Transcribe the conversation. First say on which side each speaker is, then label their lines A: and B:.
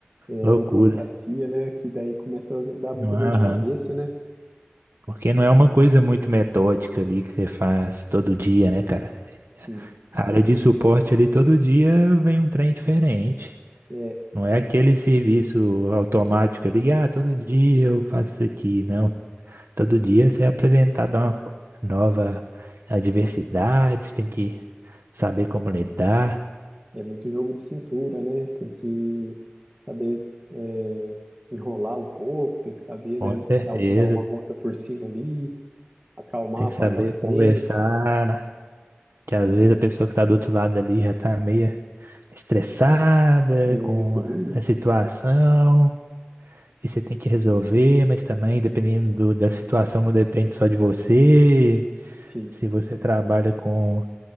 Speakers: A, on the right; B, on the right.
A: É
B: loucura.
A: uma burocracia, né? Que daí começa a dar muita
B: Não, aham.
A: dor de cabeça, né?
B: Porque não é uma coisa muito metódica ali que você faz todo dia, né, cara?
A: Sim.
B: A área de suporte ali todo dia vem um trem diferente.
A: É,
B: Não é
A: e
B: aquele
A: eu-
B: serviço automático ali, ah, todo dia eu faço isso aqui, não. Todo dia você é apresentado a uma nova adversidade, você tem que saber como lidar,
A: E é muito jogo de cintura, né? Tem que saber é, enrolar um pouco, tem que saber,
B: com
A: né?
B: certeza.
A: Dar, um, dar uma volta por cima ali, acalmar,
B: Tem que
A: apagar
B: saber
A: o incêndio,
B: conversar, que às vezes a pessoa que está do outro lado ali já está meio estressada
A: <laughs> né?
B: com
A: Tudo isso.
B: a situação, e você tem que resolver, mas também, dependendo do- da situação, não depende só de você.
A: Sim,
B: Se você trabalha com